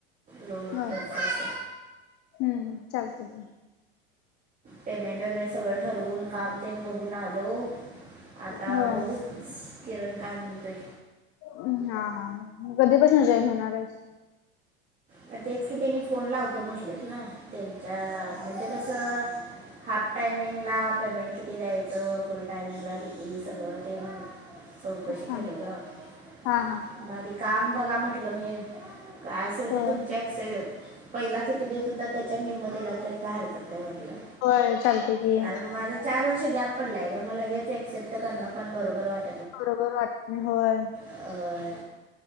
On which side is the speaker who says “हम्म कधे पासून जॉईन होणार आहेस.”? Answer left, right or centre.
Left